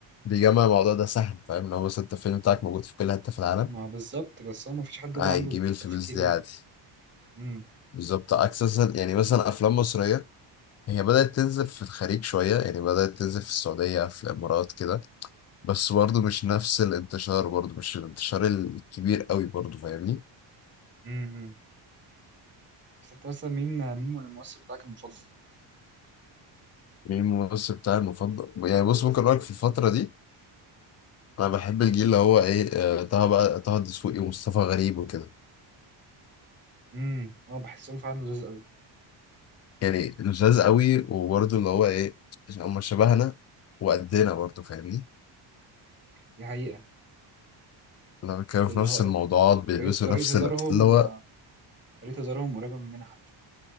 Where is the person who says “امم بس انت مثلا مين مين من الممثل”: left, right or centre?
Right